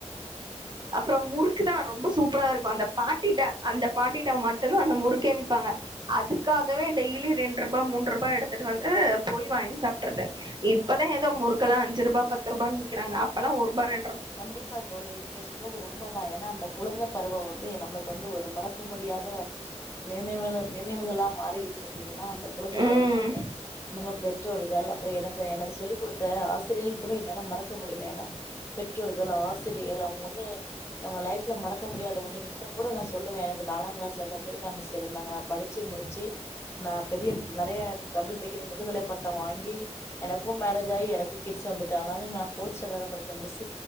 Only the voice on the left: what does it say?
கண்டிப்பா தோழி நீங்க சொல்து உண்மதா ஏன்னா அந்த குழந்த பருவம் வந்து நம்மளுக்கு வந்து ஒரு மறக்க முடியாத நினைவு நினைவுகளா மாறிக்கிட்டு இருக்க அந்த குழந்த
பருவத்துல வந்து நம்ம பெற்றோர்கள் அப்புறம் எனக்கு எனக்கு சொல்லிக் கொடுத்த ஆசிரியர்கள் கூட என்னால மறக்க முடியல ஏன்னா பெற்றோர்கள் ஆசிரியர்கள் அவங்க வந்து நம்ம லைஃப்ல மறக்க முடியாத ஒன்று இன்னும் கூட நா சொல்லுவே எனக்கு நாலாம் கிளாஸ்ல சந்திரிக்கா மிஸ் இருந்தாங்க நா படிச்சு முடிச்சு நா பெரிய நெறைய டபுள் டிகிரி முதுகலை பட்டம் வாங்கி எனக்கும் மேரேஜ் ஆகி எனக்கும் கிட்ஸ் வந்துட்டு ஆனாலும் நா போர்த் ஸ்டாண்டர்ல்ல படிச்ச மிஸ்